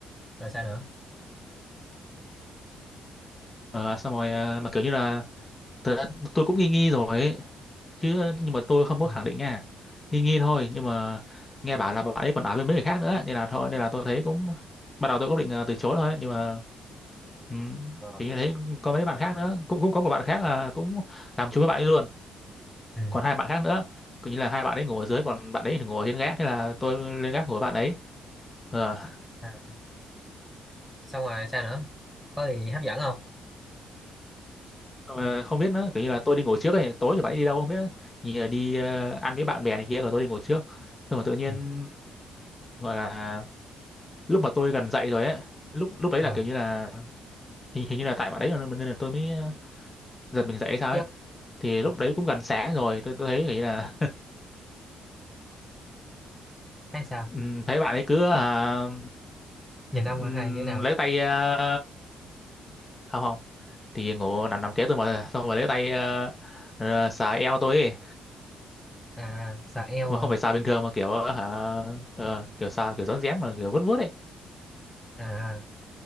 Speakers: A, in the centre; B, on the left.
A: rồi sao nữa
B: Ờ, xong rồi à, mà kiểu như là thật ra tôi cũng nghi nghi rồi ấy chứ nhưng mà tôi không có
A: ừ.
B: khẳng định nha nghi nghi thôi nhưng mà nghe bảo là bạn ấy còn nói với mấy người khác nữa ấy. nên là thôi nên là tôi thấy cũng ban đầu tôi cũng định à, từ chối thôi ấy. nhưng mà um,
A: Ờ.
B: thì thấy có mấy bạn khác nữa cũng cũng có một bạn khác là cũng làm chung với bạn ấy luôn
A: ừ.
B: còn hai bạn khác nữa kiểu như là hai bạn ấy ngồi ở dưới còn bạn ấy thì ngồi ở trên gác thế là tôi lên gác ngồi với bạn ấy ờ
A: à, xong rồi sao nữa có gì hấp dẫn không
B: xong rồi không biết nữa kiểu như là tôi đi ngồi trước ấy tối thì bạn ấy đi đâu không biết nữa. như là đi ờ, ăn với bạn bè này kia rồi tôi đi ngồi trước xong rồi tự nhiên
A: ừ.
B: gọi là lúc mà tôi gần dậy rồi ấy lúc lúc đấy
A: à,
B: là kiểu như là hình hình như là tại bạn đấy là- nên là tôi mới ờ, giật mình dậy hay sao
A: chắc
B: ấy thì
A: ờ,
B: lúc đấy cũng gần sáng rồi tôi tôi thấy kiểu như là
A: hay
B: <laughs>
A: sao
B: ừm, thấy bạn ấy cứ à,
A: nhìn
B: ừm,
A: ông hay như thế nào
B: lấy tay à, không không thì ngủ nằm nằm kế tôi mà xong rồi lấy tay à, à, xà eo tôi ấy
A: à sờ eo
B: mà
A: hả
B: không phải xà bình thường mà kiểu hả ờ, kiểu xà kiểu rón rén mà kiểu vuốt vuốt ấy
A: à